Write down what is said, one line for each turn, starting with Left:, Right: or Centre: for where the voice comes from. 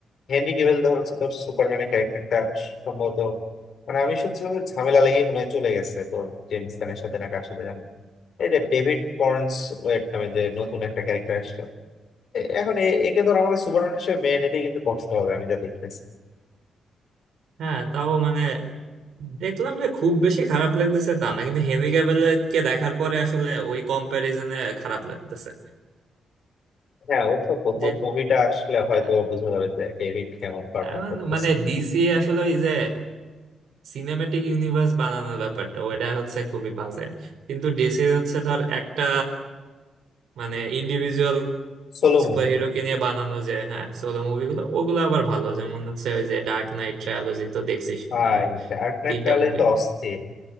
Left: হেনরি ক্যাভিল ধর হচ্ছে তোর সুপারম্যানের ক্যারেক্টারটা সম্ভবত মানে আমি শুনছিলাম যে ঝামেলা লেগে মনে হয় চলে গেছে তোর জেমস গানের সাথে না কার সাথে জানি এই যে ডেভিড কর্নস ওয়েট নামে যে নতুন একটা ক্যারেক্টার আসছে এ- এখন এ- একে ধর আমাদের সুপারম্যান হিসেবে মেনে নিতেই কিন্তু কষ্ট হবে আমি যা দেখতেছি
Right: হ্যাঁ তাও মানে দেখলাম যে খুব বেশি খারাপ লাগতেছে তা না কিন্তু হেনরি ক্যাভিলকে দেখার পরে আসলে ওই কম্প্যারিজনে খারাপ লাগতেছে
Left: হ্যাঁ ওর তো প্রথম
Right: যে
Left: মুভিটা আসলে হয়তো
Right: আহ,
Left: বোঝা যাবে যে ডেভিড কেমন পারফর্ম
Right: আহ,
Left: করতেছে
Right: মানে ডিসি আসলে ওই যে সিনেম্যাটিক ইউনিভার্স বানানোর ব্যাপারটা ওইটা হচ্ছে খুবই বাজে কিন্তু ডিসির হচ্ছে ধর একটা মানে ইন্ডিভিজুয়াল
Left: Solo
Right: সুপার
Left: movie
Right: হিরোকে নিয়ে বানানো যে হ্যাঁ সোলো মুভিগুলো ওগুলো আবার ভালো যেমন হচ্ছে ওই যে ডার্ক নাইট ট্রায়োলজি তো দেখছিস
Left: ভাই
Right: মনে হয়
Left: ডার্ক নাইট
Right: তিনটা
Left: রাইজেস
Right: মুভি
Left: তো অস্থির